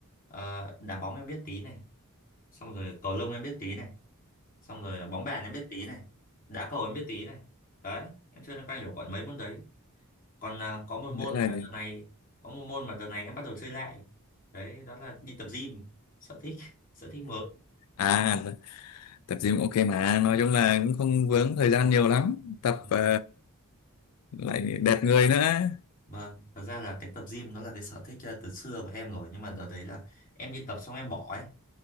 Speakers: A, on the left; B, on the left.
A: ờ, đá bóng em biết tí này, xong rồi cầu lông em biết tí này, xong rồi bóng bàn em biết tí này, đá cầu em biết tí này. Đấy, em chơi loanh quanh được khoảng mấy môn đấy. Còn ờ, có một môn
B: Đấy là
A: mà đợt này có một môn mà đợt này em bắt đầu chơi lại. Đấy, đó là đi tập gym, sở thích, <laughs> sở thích mới.
B: à tập gym ok mà nói chung là cũng không vướng thời gian nhiều lắm tập
A: Vâng.
B: ờ, lại đẹp người nữa
A: Vâng, thật ra là cái tập gym nó là cái sở thích ờ, từ xưa của em rồi nhưng mà đợt đấy là em đi tập xong em bỏ ấy.